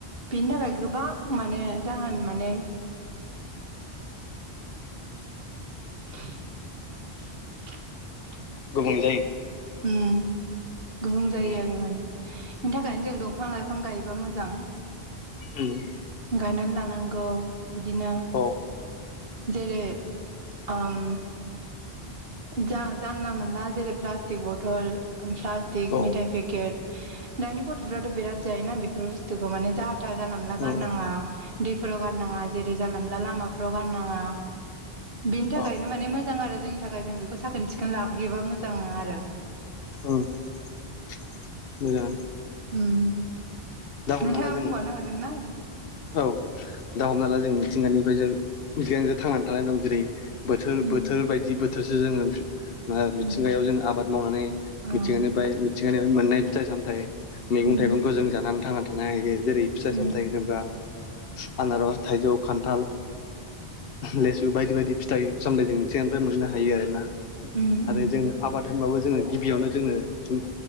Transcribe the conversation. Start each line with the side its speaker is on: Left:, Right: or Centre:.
Right: बेनि थाखाय गोबां माने जाहोन माने <inaudible>
Left: गुबुं जायो
Right: उम गुबुं जायो
Left: उम
Right: आरो माने बेनि थाखायनो जों दंफां लाइफां गायोबा मोजां
Left: उम
Right: गायनानै लानांगौ इदिनो
Left: औ
Right: जेरै आम जा जानला मोनला जेरै प्लास्टिक बथल प्लास्टिक
Left: औ
Right: मेथाइ फे केट दानि गथ'फ्राथ' बिराद जायोना बेफोर बुस्थुखौ माने जा था जानला मोनला
Left: उम
Right: गारनाङा दैफोराव गारनाङा जेरै जानला मोनला लामाफ्राव गारनाङा बिनि थाखायनो
Left: औ
Right: माने मोजां आरो जोंनि थाखाय जों बेखौ साखोन सिखोन लाबोयोबा मोजां आरो
Left: अ मोजाङानो
Right: उम
Left: दा हमना
Right: नोंथाङा
Left: ला जों
Right: बुंबावनो हागोन ना
Left: औ दा हमना ला जों मिथिंगानिफ्राय जों जियानो जा थांनानै थानाय दं जेरै बोथोर
Right: उम
Left: बोथोर बायदि बोथोरसो जोङो ओ
Right: उम
Left: मिथिंगायाव जों आबाद मावनानै
Right: औ
Left: मिथिंगानिफ्राय मिथिंगानिफ्राय मोननाय फिथाइ सामथाइ मैगं
Right: उम
Left: थाइगंखौ जों जानानै थांनानै थानो हायो जेरै फिथाइ
Right: उम
Left: सामथाइ होनोब्ला आनारस थाइजौ खानथाल लेसु बायदि बायदि फिथाइ सामथाइ जों मिथिंगानिफ्राय मोननो हायो आरो ना
Right: उम
Left: आरो
Right: उम
Left: जोङो आबाद होनबाबो जोङो गिबियावनो जोङो